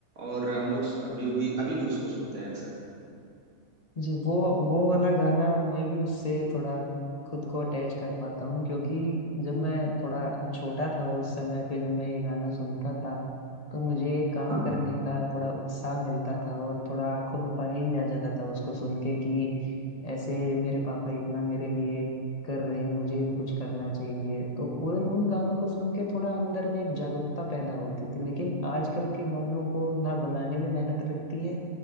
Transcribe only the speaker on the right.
और हम लोग अभी भी अभी भी उसको सुनते हैं अक्सर
हाँ